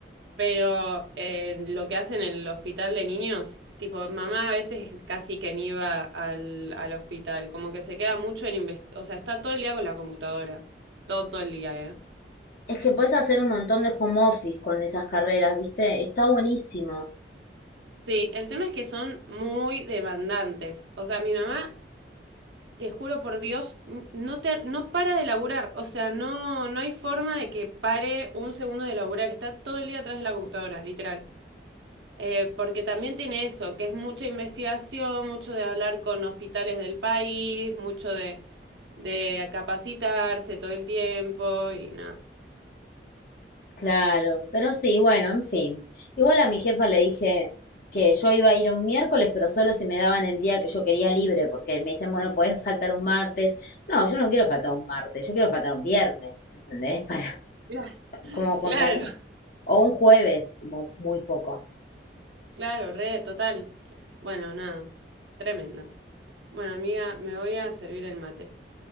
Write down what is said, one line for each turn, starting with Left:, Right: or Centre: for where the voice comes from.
Right: pero eh, lo que hace en el hospital de niños, tipo, mamá a veces casi que ni va al, al hospital, como que se queda mucho en, invest- o sea, está todo el día con la computadora, todo, todo el día, ¿eh?
Left: Es que puedes hacer un montón de home office con esas carreras, ¿viste? Está buenísimo.
Right: Sí, el tema es que son muy demandantes. O sea, mi mamá, te juro por Dios, n- no te, no para de laburar. O sea, no, no hay forma de que pare un segundo de laburar. Está todo el día atrás de la computadora, literal. Eh, porque también tiene eso, que es mucha investigación, mucho de hablar con hospitales del país, mucho de, de capacitarse todo el tiempo y nada.
Left: Claro, pero sí, bueno, en fin. Igual a mi jefa le dije que yo iba a ir un miércoles, pero solo si me daban el día que yo quería libre, porque me dicen, bueno, podés faltar un martes. No, yo no quiero faltar un martes, yo quiero faltar un viernes, ¿entendés? <laughs> Para
Right: Claro. <laughs>
Left: como compensar.
Right: Claro.
Left: O un jueves, como muy poco.
Right: Claro, re, total. Bueno, nada, tremendo. Bueno, amiga, me voy a servir el mate.